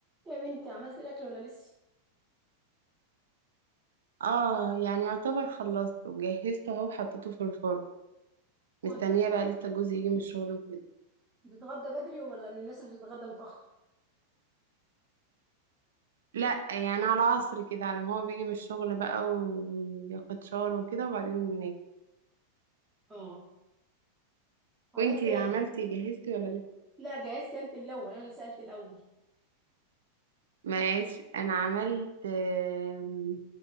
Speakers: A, on the right; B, on the right.
A: يا بنتي عملت الاكل ولا لسه
B: اه يعني يعتبر خلصته جهزته اهو وحطيته في الفرن
A: هو
B: مستنية
A: انت
B: بقى لسه جوزي يجي من الشغل وكده
A: بتتغدى بدري ولا من الناس اللي بتتغدى متاخر
B: لا يعني على عصر كده على ما هو بيجي من الشغل بقى وياخد شاور وكده وبعدين ناكل
A: اه عملت
B: وانتي
A: ايه
B: عملتي جهزتي ولا لسه
A: لا جهزت انت الاول انا اللي سالت الاول
B: ماشي انا
A: <laughs>
B: عملت آم،